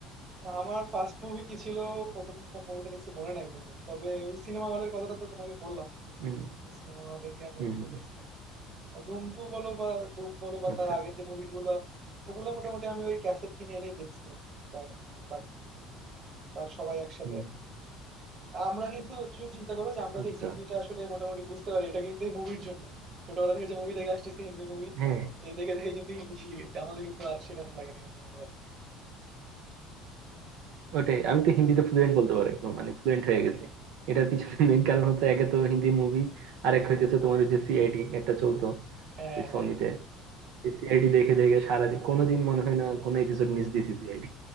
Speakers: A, on the right; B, on the right.
A: না, আমার ফার্স্ট মুভি কি ছিল প্রথম কোন মুভিটা দেখছি মনে নাই বন্ধু তবে ওই সিনেমা হলের কথাটা তো তোমাকে বললাম
B: হুম
A: সিনেমা হলে গিয়ে মুভি
B: হুম
A: টুভি
B: হুম,
A: দেখছি অনেক আর ধুম টু বলো বা ধুম বলো বা
B: আচ্ছা
A: তার আগের যে মুভিগুলো ওগুলো মোটামুটি আমি ওই ক্যাসেট কিনে এনেই দেখছি আর কি বা- মানে বাড়িতে তার সবাই একসাথে
B: হুম
A: আর আমরা কিন্তু তুমি চিন্তা করো যে আমরা
B: আচ্ছা
A: যে হিন্দিটা আসলে মোটামুটি বুঝতে পারি এটা কিন্তু এই মুভির জন্যই ছোটবেলা থেকে যে মুভি দেখে আসতেছি হিন্দি মুভি
B: হ্যাঁ
A: এই দেখে দেখে কিন্তু হিন্দি শিখে গেছি আমাদের কিন্তু আর শেখানো লাগে না অন্য কোনো বলে।
B: ওটাই আমি তো হিন্দিতে ফ্লুয়েন্ট বলতে পারি একদম মানে ফ্লুয়েন্ট হয়ে গেছি এটার পিছনে মেইন কারণ হচ্ছে একে তো হিন্দি মুভি আর এক হইতেছে তোমার ওই যে সিআইডি একটা চলতো
A: হ্যাঁ
B: এই
A: হ্যাঁ
B: সনিতে সিআইডি দেখে দেখে সারাদিন কোনোদিন মনে হয় না কোনো এপিসোড মিস দিছি সিআইডি